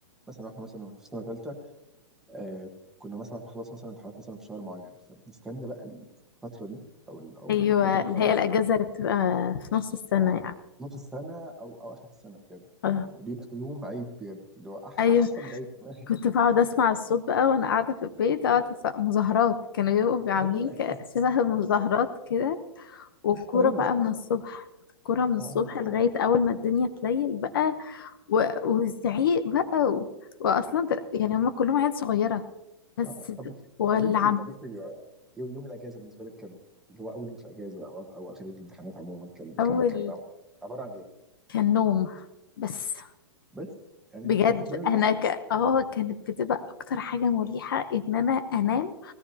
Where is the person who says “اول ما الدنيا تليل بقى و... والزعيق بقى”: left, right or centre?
Left